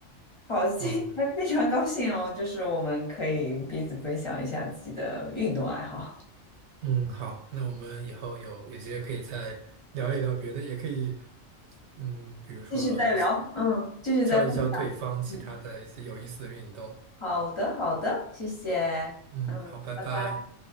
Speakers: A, on the left; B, on the right.
A: 好，今天
B: 嗯
A: <laughs> 非常高兴哦，就是我们可以彼此分享一下自己的运动爱好，
B: 嗯，好，那我们以后有有机会可以再聊一聊别的，也可以，嗯，比如说其
A: 继续再聊，嗯，继续再分，
B: 教一教对方其他的一些有意思的运动。
A: 嗯，好的，好的，谢谢，
B: 嗯，好，拜拜。
A: 拜拜。